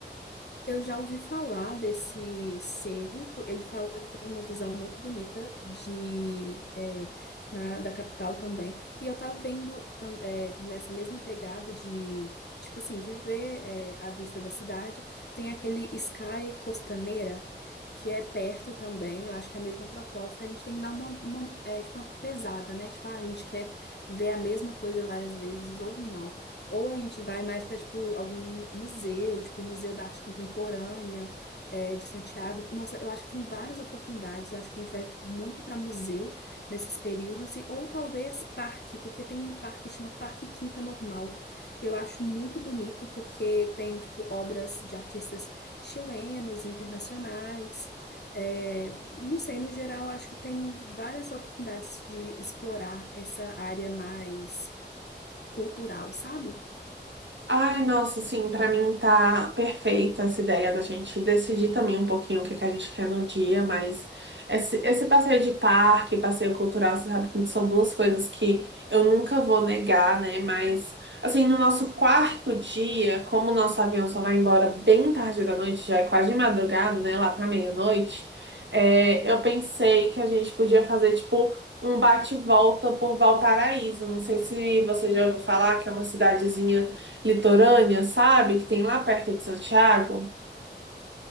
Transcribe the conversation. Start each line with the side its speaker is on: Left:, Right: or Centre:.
Left: Eu já ouvi falar desse cerro. po- Ele fala que tem uma visão muito bonita de, é, da, da capital também. E eu tava vendo tam- é, nessa mesma pegada de, tipo assim, de ver, é, a vista da cidade. Tem aquele Sky Costaneira, que é perto também. Eu acho que é a mesma proposta. A gente tem que dar uma, uma, é, tipo, uma pesada, né? Tipo, ah, a gente quer ver a mesma coisa várias vezes ou não. Ou a gente vai mais para, tipo, algum museu, tipo, o Museu da Arte Contemporânea, é, de Santiago. Nossa, eu acho que tem várias oportunidades. Eu acho que a gente vai muito para museu nesses períodos. E, ou talvez parque, porque tem um parque que chama Parque Quinta Normal. Eu acho muito bonito, porque tem, tipo, obras de artistas chilenos, internacionais. É, não sei, no geral, acho que tem várias oportunidades de explorar essa área mais cultural, sabe?
Right: Ai, nossa, sim, pra mim tá perfeita essa ideia da gente decidir também um pouquinho o que que a gente quer no dia, mas esse, esse passeio de parque, passeio cultural, você sabe que são duas coisas que eu nunca vou negar, né? Mas, assim, no nosso quarto dia, como o nosso avião só vai embora bem tarde da noite, já é quase de madrugada, né? Lá pra meia-noite, é, eu pensei que a gente podia fazer, tipo, um bate-volta por Valparaíso. Não sei se você já ouviu falar que é uma cidadezinha litorânea, sabe? Que tem lá perto de Santiago.